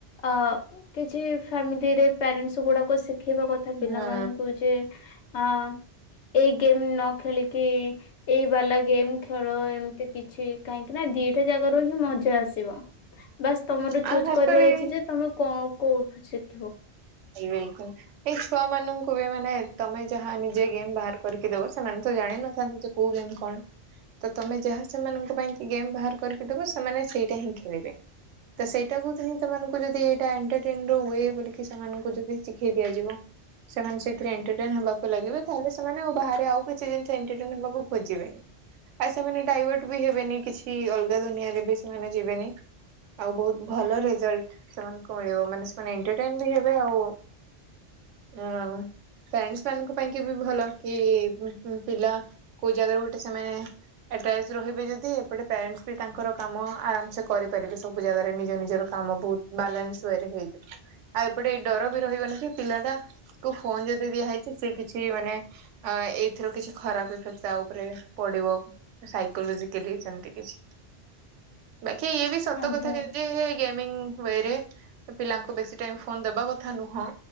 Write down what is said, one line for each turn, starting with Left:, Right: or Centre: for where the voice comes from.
Left: ଅ କିଛି ସେମିତିରେ ପ୍ୟାରେଣ୍ଟସ ଗୁଡାକ ଶିଖେଇବା କଥା ପିଲାମାନଙ୍କୁ
Right: ହୁଁ
Left: ଯେ ହଁ ଏଇ ଗେମ୍ ନ ଖେଳିକି ଏଇ ବାଲା ଗେମ୍ ଖେଳ ଏମିତ ଏମିତି କିଛି କାହିଁକି ନା ଦିଟା ଜାଗାରୁ ହିଁ ମଜା ଆସିବ। ବାସ୍ ତମର
Right: ଆଉ
Left: ଚୁଜ୍
Right: ଖାସ୍
Left: କରିବାର
Right: କରି
Left: ଅଛି ଯେ ତମେ କଣ କୋଉ ଠୁ
Right: ବିଲକୁଲ। ଏଇ ଛୁଆ ମାନଙ୍କୁ ବି ମାନେ ତମେ ଯାହା ନିଜେ ଗେମ୍ ବାହାର କରିକି ଦବ ସେମାନେ ତ ଜାଣିନଥାନ୍ତି କୋଉ ଗେମ କଣ? ତ ତମେ ଯାହା ସେମାନଙ୍କ ପାଇଁ କି ଗେମ୍ ବାହାର କରିକି ଦେବ ସେମାନେ ସେଇଟା ହିଁ ଖେଳିବେ, ତ ସେଇଟାକୁ ହିଁ ସେମାନଙ୍କୁ ଯଦି ଏଇଟା ଏଣ୍ଟରଟେନ ରୁ ହୁଏ ବୋଲି, ଖୀ ସେମାନଙ୍କୁ ଯଦି ଶିଖେଇ ଦିଆଯିବ, ସେମାନେ ସେଥିରେ ଏଣ୍ଟରଟେନ ହେବାକୁ ଲାଗିବେ ତାହେଲେ ସେମାନେ ଆଉ ବାହାରେ ଆଉ କିଛି ଜିନିଷ ଏଣ୍ଟରଟେନ ହେବାକୁ ଖୋଜିବେ, ଆଉ ସେମାନେ ଡାଇଭର୍ଟ ବି ହେବେନି କିଛି ଅଲଗା ଦୁନିଆରେ ବି ସେମାନେ ଯିବେନି, ଆଉ ବହୁତ୍ ଭଲ ରେଜଲଟ୍ ସେମାନଙ୍କୁ ମିଳିବ ମାନେ ସେମାନେ ଏଣ୍ଟରଟେନ ବି ହେବେ ଆଉ, ହଁ, ଫ୍ୟାରେଣ୍ଟସ୍ ମାନଙ୍କ ପାଇଁ କି ବି ଭଲ କି ହୁଁ-ହୁଁ ପିଲା କୋଉ ଜାଗାରୁ ଗୋଟେ ସେମାନେ, ଏଟ୍ଟଚ୍ଛ ରହିବେ ଯଦି ଏପଟେ ପ୍ୟାରେଣ୍ଟସ୍ ବି ତାଙ୍କର କାମ ଆରାମ୍ ସେ କରିପାରିବେ ସବୁ ଜାଗାରେ ନିଜ ନିଜର, କାମ ବହୁତ୍ ବାଲାନ୍ସ୍ ୱରେ ହେଇଯିବ ଆଉ ଏପଟେ ଏଇ ଡର ବି ରହିବନି ଯେ ପିଲାଟା, କୁ ଫୋନ୍ ଯଦି ଦିଆ ହେଇଛି ସେ କିଛି ମାନେ, ଅ ଏଇଥିରୁ କିଛି ଖରାପ୍ ଇଫେକ୍ଟ ତା ଉପରେ ପଡ଼ିବ, ସାଇକୋଲୋଜିକାଲି ସେମିତି କିଛି, ବାକି ଇଏ ବି ସତ
Left: ଆଜ୍ଞା
Right: କଥା ଯେମିତି ହେ ଗେମିଙ୍ଗ ୱେରେ ପିଲାଙ୍କୁ ବେଶୀ ତେ ଆଉ ଫୋନ୍ ଦେବା କଥା ନୁହଁ,